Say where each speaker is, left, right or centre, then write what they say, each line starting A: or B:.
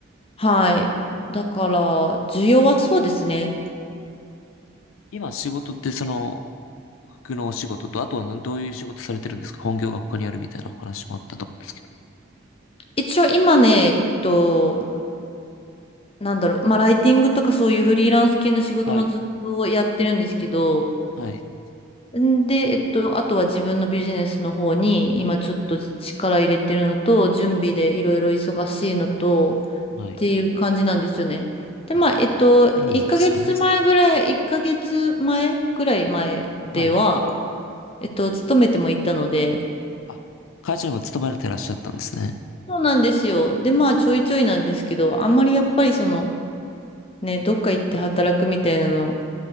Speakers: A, on the left; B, on the left.
A: はい。だから、需要はそうですね。
B: 今仕事ってその、服のお仕事と、あとはなんどういう仕事されてるんですか本業が他にあるみたいなお話もあったと思うんですけど。
A: 一応今ね、えっと、なんだろう、まあライティングとかそういうフリーランス系の仕事もずっとやってるんですけど、
B: はい。はい。
A: んで、えっと、あとは自分のビジネスの方に今ちょっと力入れてるのと、準備でいろいろ忙しいのと、
B: はい。
A: っていう感じなんですよね。で、
B: あ、
A: まあ、えっと、1ヶ月前ぐらい、
B: そうなんですね。
A: 1ヶ月前ぐらい前では、
B: はい。
A: えっと、勤めてもいたので、
B: あ、会社にも勤められてらっしゃったんですね。
A: そうなんですよ。で、まあ、ちょいちょいなんですけど、あんまりやっぱりその、ね、どっか行って働くみたいなの、